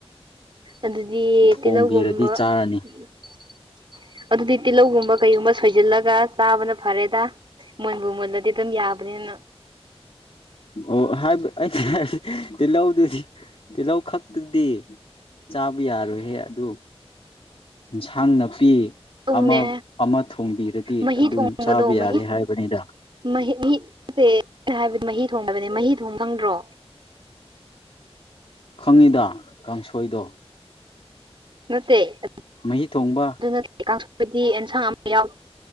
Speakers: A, on the right; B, on the left.
A: ꯑꯗꯨꯗꯤ
B: ꯊꯣꯡꯕꯤꯔꯗꯤ
A: ꯇꯤꯜꯂꯧꯒꯨꯝꯕ
B: ꯆꯥꯔꯅꯤ
A: <unintelligible> ꯑꯗꯨꯗꯤ ꯇꯤꯜꯂꯧꯒꯨꯝꯕ ꯀꯩꯒꯨꯝꯕ ꯁꯣꯏꯖꯤꯜꯂꯒ ꯆꯥꯕꯅ ꯐꯔꯦꯗ ꯃꯨꯟꯕꯨ ꯃꯨꯜꯂꯗꯤ ꯗꯨꯝ ꯌꯥꯕꯅꯦꯅ
B: ꯑꯣ ꯍꯥꯏꯕ ꯑꯩ <unintelligible> ꯇꯤꯜꯂꯧꯗꯨꯗꯤ ꯇꯤꯜꯂꯧ ꯈꯛꯇꯨꯗꯤ ꯆꯥꯕ ꯌꯥꯔꯣꯏꯍꯦ ꯑꯗꯨ ꯏꯟꯁꯥꯡ ꯅꯄꯤ
A: ꯇꯧꯅꯦ
B: ꯑꯃ ꯑꯃ ꯊꯣꯡꯕꯤꯔꯗꯤ
A: ꯃꯍꯤ
B: ꯑꯗꯨꯝ
A: ꯊꯣꯡꯕꯗꯣ
B: ꯆꯥꯕ
A: ꯃꯍꯤ
B: ꯌꯥꯔꯦ ꯍꯥꯏꯕꯅꯤꯗ
A: <unintelligible> ꯃꯍꯤ ꯊꯣꯡ ꯍꯥꯏꯕꯅꯦ ꯃꯍꯤ ꯊꯣꯡ ꯈꯪꯗ꯭ꯔꯣ
B: ꯈꯪꯉꯤꯗ ꯀꯥꯡꯁꯣꯏꯗꯣ
A: ꯅꯠꯇꯦ ꯑꯠ
B: ꯃꯍꯤ ꯊꯣꯡꯕ
A: <unintelligible> ꯑꯦꯟꯁꯥꯡ ꯑꯝ ꯌꯥꯎ